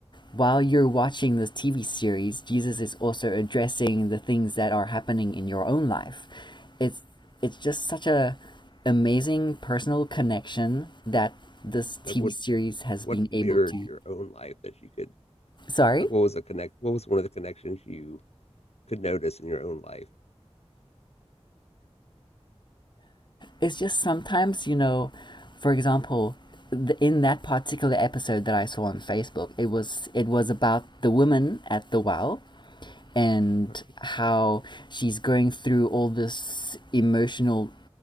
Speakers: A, on the left (about 45°); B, on the left (about 75°).
A: while you're watching this TV series Jesus is also addressing the things that are happening in your own life it's it's just such a amazing personal connection that this TV
B: Like, what,
A: series has
B: what
A: been able
B: mirrored
A: to
B: your own life that you could
A: sorry
B: Like, what was the connect? What was one of the connections you could notice in your own life?
A: it's just sometimes you know for example the, in that particular episode that i saw on facebook it was it was about the woman at the well and
B: All right.
A: how she's going through all this emotional